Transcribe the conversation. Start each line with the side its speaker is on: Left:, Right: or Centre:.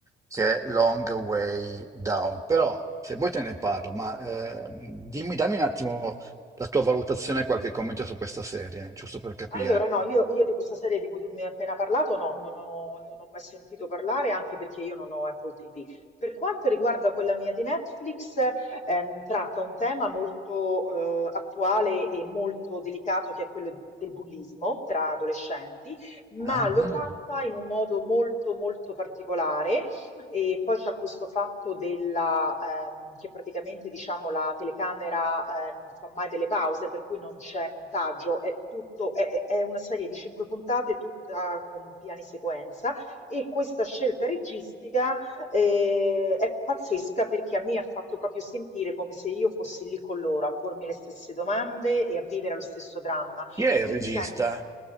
Right: che è Long Way Down. Però se vuoi te ne parlo, ma eh, dimmi, dammi un attimo la tua valutazione e qualche commento su questa serie, giusto per capire.
Left: Allora, no, io, io di questa serie di cui tu mi hai appena parlato, no, non ho, non ho mai sentito parlare, anche perché io non ho Apple TV. Per quanto riguarda quella mia di Netflix, ehm, tratta un tema molto eh, attuale e molto delicato, che è quello del bullismo tra adolescenti, ma
Right: Ah,
Left: lo
Right: no.
Left: tratta
Right: no.
Left: in un modo molto, molto particolare, e poi c'è questo fatto della, ehm, che praticamente diciamo, la telecamera eh, non fa mai delle pause, per cui non c'è montaggio, è, tutto, è, è- è una serie di cinque puntate, tutta con piani sequenza. E questa scelta registica eh, è pazzesca perché a me ha fatto proprio sentire come se io fossi lì con loro a pormi le stesse domande e a vivere lo stesso dramma.
Right: Chi è il
Left: Quindi,
Right: regista?
Left: sai.